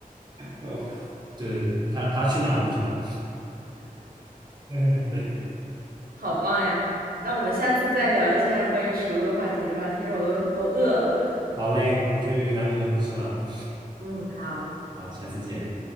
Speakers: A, on the right; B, on the right.
A: 哦，就是他他去哪我就去哪，<laughs>
B: 好棒呀！那我们下次再聊一下关于食物的话题吧，听着我都都饿了。
A: 好嘞，我去拿点东西吃了，
B: 嗯，好。
A: <laughs> 好，下次见。